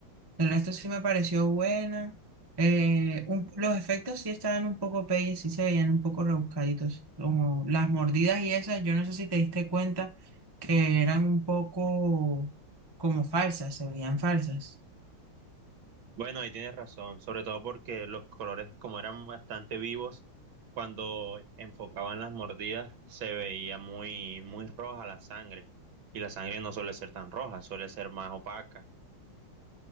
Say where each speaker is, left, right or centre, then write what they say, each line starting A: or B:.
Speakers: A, on the right; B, on the right.
A: Del resto sí me pareció buena. Eh, un- los efectos sí estaban un poco peyes, sí se veían un poco rebuscaditos. Como las mordidas y esas, yo no sé si te diste cuenta que eran un poco como falsas, se veían falsas.
B: Bueno, ahí tienes razón, sobre todo porque los colores, como eran bastante vivos, cuando enfocaban las mordidas, se veía muy, muy roja la sangre. Y la sangre no suele ser tan roja, suele ser más opaca.